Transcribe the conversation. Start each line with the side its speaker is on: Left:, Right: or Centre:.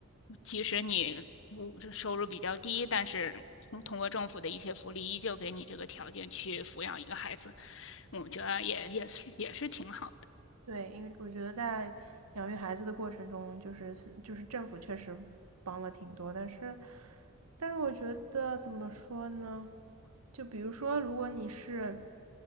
Left: 即使你物质收入比较低，但是通通过政府的一些福利，依旧给你这个条件去抚养一个孩子，我觉得也也是也是挺好的。
Right: 对，因为我觉得在养育孩子的过程中，就是就是政府确实帮了挺多，但是，但是我觉得怎么说呢？就比如说，如果你是